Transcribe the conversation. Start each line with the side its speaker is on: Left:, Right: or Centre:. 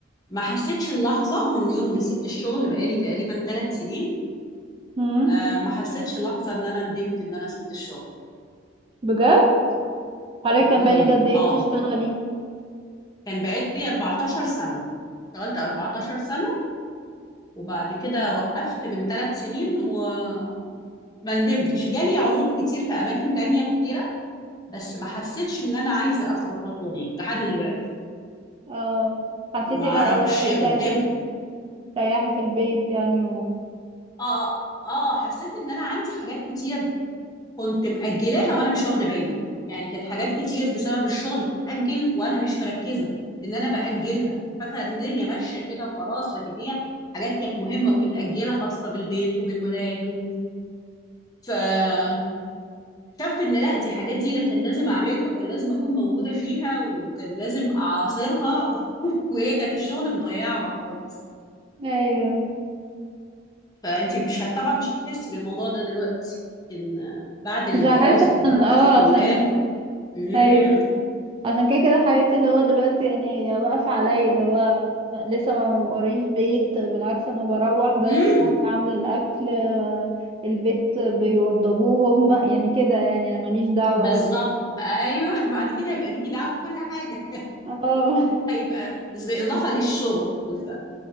Left: ما حسيتش اللحظة من يوم ما سبت الشغل بقالي تقريبا ثلاث سنين
Right: امم
Left: آه ما حسيتش لحظة ان انا ندمت ان انا سبت الشغل
Right: بجد حضرتك كان
Left: امم
Right: بالك قد ايه
Left: اه
Right: بتشتغلي
Left: كان بقالي 14 سنة اشتغلت 14 سنة وبعد كده وقفت من ثلاث سنين وما ندمتش جالي عروض كتير في اماكن تانية كتيرة بس ما حسيتش ان انا عايزة اخد الخطوة دي لحد دلوقتي
Right: اه حسيتي
Left: ما اعرفش
Right: لا لو
Left: قدام
Right: انت عايزة تريحي في البيت يعني
Left: اه اه حسيت ان انا عندي حاجات كتير كنت مأجلاها وانا مش واخده بالي يعني كانت حاجات كتير بسبب الشغل بتتأجل وانا مش مركزه ان انا بأجلها فاكره ان الدنيا ماشيه كده وخلاص لكن هي حاجات كانت مهمه ومتأجله خاصه بالبيت وبالولاد و... فاكتشفت ان لا دي حاجات دي لا كان لازم اعملها وكان لازم اكون موجوده فيها وكان لازم اعاصرها <laughs> وهي كانت الشغل مضيعها خالص
Right: ايوه
Left: فانت مش هت... طبعا مش هتحسي بالموضوع ده دلوقتي لكن بعد الجواز
Right: مش هحس
Left: ويكون
Right: عشان اه
Left: في اولاد
Right: عشان
Left: مم.
Right: ايوه عشان كده كده حياتي اللي هو دلوقتي يعني واقفة عليا اللي هو م- لسه ما وريش بيت بالعكس انا بروح بلاقي
Left: امم
Right: مامي عاملة الاكل آه، البيت بيوضبوه هم يعني كده يعني انا ماليش دعوة
Left: بالظبط
Right: اوي
Left: ايوه <laughs> بعد كده هيبقى ليكي دعوه بكل حاجه
Right: اه
Left: هيبقى بالاضافه للشغل بقى